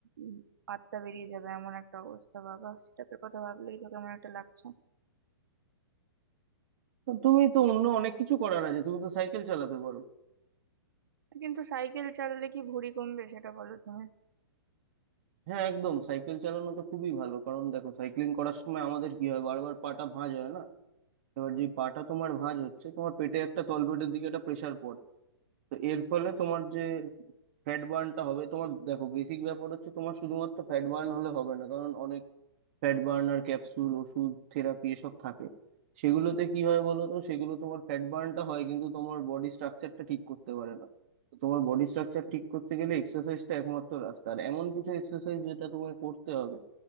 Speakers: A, on the right; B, on the right.
A: উম আত্মা বেরিয়ে যাবে এমন একটা অবস্থা বাবা সেটাপের কথা ভাবলেই তো কেমন একটা লাগছে
B: তো তুমি তো অন্য অনেক কিছু করার আছে তুমি তো সাইকেল চালাতে পারো
A: কিন্তু সাইকেল চালালে কি ভুঁড়ি কমবে সেটা বলো তুমি
B: হ্যাঁ একদম সাইকেল চালানো তো খুবই ভালো কারণ দেখো সাইক্লিং করার সময় আমাদের কি হয় বারবার পাটা ভাঁজ হয় না এবার যে পাটা তোমার ভাঁজ হচ্ছে তোমার পেটে একটা তলপেটের দিকে একটা প্রেসার পড়ে তো এর ফলে তোমার যে ফ্যাট বার্নটা হবে তোমার দেখো বেসিক ব্যাপার হচ্ছে তোমার শুধুমাত্র ফ্যাট বার্ন হলে হবে না কারণ অনেক ফ্যাট বার্নার ক্যাপসুল ওষুধ থেরাপি এসব থাকে সেগুলোতে কি হয় বলো তো সেগুলো তোমার ফ্যাট বার্নটা হয় কিন্তু তোমার বডি স্ট্রাকচারটা ঠিক করতে পারে না তো তোমার বডি স্ট্রাকচার ঠিক করতে গেলে এক্সারসাইজটা একমাত্র রাস্তা আর এমন কিছু এক্সারসাইজ যেটা তোমাকে করতে হবে